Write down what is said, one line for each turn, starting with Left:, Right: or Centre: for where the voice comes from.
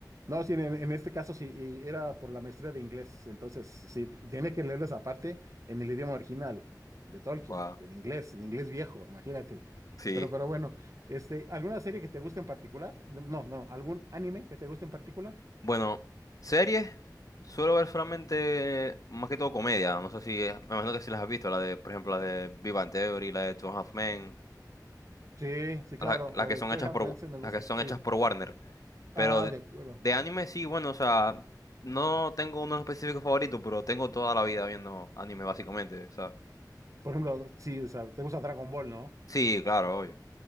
Right: No, sí, en, en este caso sí, y era por la maestría de inglés, entonces sí, tiene que leerles aparte en el idioma original de Tolkien,
Left: Wow.
Right: en inglés, en inglés viejo, imagínate.
Left: Sí.
Right: Pero, pero bueno, este, ¿alguna serie que te guste en particular? No, no, no, ¿algún anime que te guste en particular?
Left: Bueno, series, suelo ver solamente más que todo comedia. No sé si, eh, me imagino que si las has visto, la de, por ejemplo, la de Big Bang Theory, la de Two and a Half Men,
Right: Sí, sí, claro,
Left: la- las
Right: la
Left: que
Right: de
Left: son
Right: Two
Left: hechas
Right: and a
Left: por,
Right: Half Men sí me gusta,
Left: las que son
Right: sí.
Left: hechas por Warner. Pero
Right: Ah,
Left: de,
Right: de acuerdo.
Left: de anime sí, bueno, o sea, no tengo uno específico favorito, pero tengo toda la vida viendo anime básicamente, o sea.
Right: Por ejemplo, sí, o sea, te gusta Dragon Ball, ¿no? <laughs>
Left: Sí, claro, obvio.